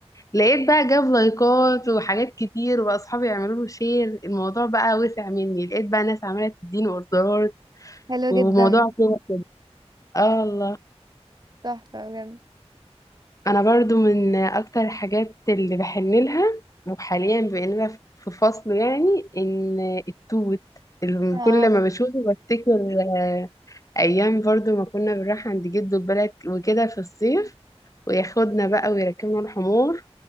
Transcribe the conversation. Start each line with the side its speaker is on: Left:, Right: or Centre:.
Left: لقيت بقى جاب لايكات وحاجات كتير واصحابي يعملوا له شير الموضوع بقى وسع مني لقيت بقى ناس عماله تديني اوردرات
Right: حلو
Left: وموضوع
Right: جدا
Left: كده كده. اه الله
Right: تحفة بجد
Left: انا برضو من اكتر الحاجات اللي بحن لها وحاليا بقينا في في فصل يعني ان التوت اللي
Right: اه
Left: كل ما بشوفه بفتكر آه، ايام برضو ما كنا بنروح عند جده البلد وكده في الصيف وياخدنا بقى ويركبنا الحمار